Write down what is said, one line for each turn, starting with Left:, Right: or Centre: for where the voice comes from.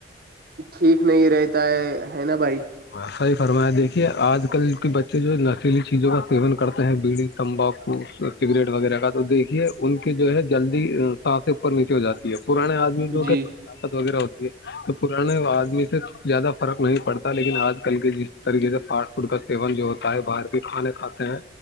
Right: ٹھیک نہیں رہتا ہے نا ب
Left: فرما صحیح فرمایا دیکھیے آج کل کے بچے جو نشیلی چیزوں کا سیون کرتے ہیں بیڑی تمباکو سگریٹ وغیرہ کا تو دیکھیے ان کی جو ہے جلدی ساس سے اوپر نیچے ہو جاتی ہے پرانے آدمی تھوڑی
Right: جی
Left: طاقت وغیرہ ہوتی ہے تو پرانے آدمی سے زیادہ فرق نہیں پڑتا لیکن آج کل کے جس طریقے سے فاسٹ فوڈ کا سیون جو ہوتا ہے باہر کے کھانے کھے ہیں